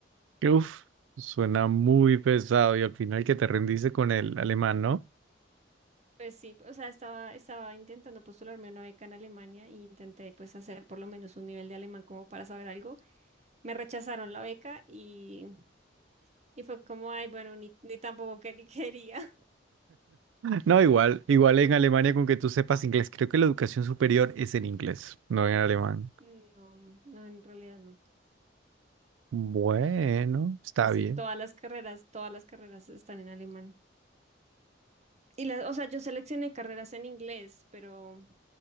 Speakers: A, on the right; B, on the right.
A: Uf, suena muy pesado y al final que te rendiste con el alemán, ¿no?
B: Pues sí, o sea, estaba, estaba intentando postularme a una beca en Alemania e intenté pues hacer por lo menos un nivel de alemán como para saber algo. Me rechazaron la beca y, y fue como, ay, bueno, ni, ni tampoco que ni quería. <laughs>
A: No, igual, igual en Alemania con que tú sepas inglés, creo que la educación superior es en inglés, no en alemán.
B: No, no, en realidad no.
A: Bueno, está
B: Casi
A: bien.
B: todas las carreras, todas las carreras están en alemán. Y la, o sea, yo seleccioné carreras en inglés, pero